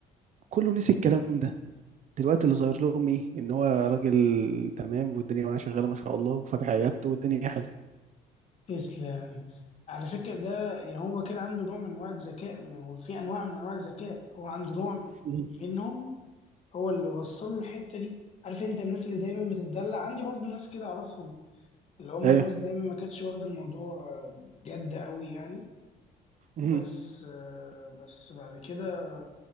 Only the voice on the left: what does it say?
تسلم على فكرة ده هو كده عنده نوع من أنواع الذكاء ما هو في أنواع من أنواع الذكاء هو عنده نوع
منهم هو اللي وصل له الحتة دي عارف أنت الناس اللي دايما بتتدلع عندي برضو ناس كده أعرفهم اللي هم
ناس دايما ما كانتش واخدة الموضوع جد قوي يعني بس
آه، بس بعد كده